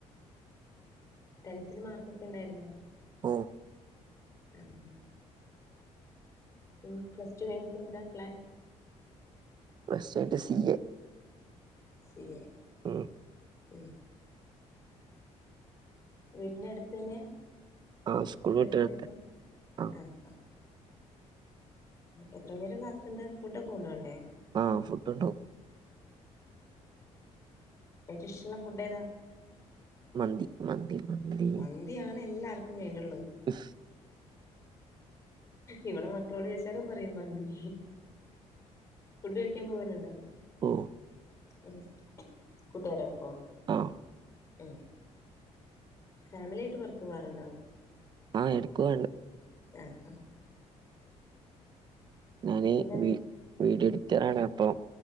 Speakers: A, on the left; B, on the right.
A: ടെൻതിൽ മാർക്ക് ഒക്കെ ഉണ്ടായിരുന്നോ
B: ഓ
A: ആഹ് ഇനി പ്ലസ് ടു കഴിഞ്ഞിട്ട് എന്താ പ്ലാൻ
B: പ്ലസ് റ്റു കഴിഞ്ഞിട്ട് സിവില്
A: സിഹെ
B: ഉം
A: ഉം വീട്ടിന്റെ അടുത്ത് തന്നെയാ
B: ആ സ്കൂൾ
A: പഠിക്കണതൊക്കെ
B: വിട്ട് വരട്ടെ ആ
A: ആഹ് ഹ് എത്ര മണി വരെ ക്ലാസ് ഉണ്ട് ഫുഡ് ഒക്കെ കൊണ്ടു പോണ്ടേ
B: ആഹ് ഫുഡ് കൊണ്ടു പോകും
A: ഇയാൾക്ക് ഇഷ്ടം ഉള്ള ഫുഡ് ഏതാ
B: മന്തി മന്തി മന്തി
A: മന്തിയാണ് എല്ലാവർക്കും വേണ്ടുള്ളത്
B: ഹ്മ്മ്
A: ഇവിടെ മക്കളോട് ചോയ്ച്ചാലും പറയും മന്തി ഫുഡ്ഴിക്കാൻ പോകലുണ്ടോ
B: ഓ
A: എ കൂട്ടുകാരോപ്പോ
B: ആ
A: എ ഫാമിലി ആയിട്ട് പുറത്ത് പോകറുണ്ടോ?
B: ആ എടുക്കോഎണ്ട്
A: ആ ആ
B: ഞാന്
A: പിന്നെന്താ?
B: വീഡിയോ എഡിറ്ററാണ് അപ്പൊ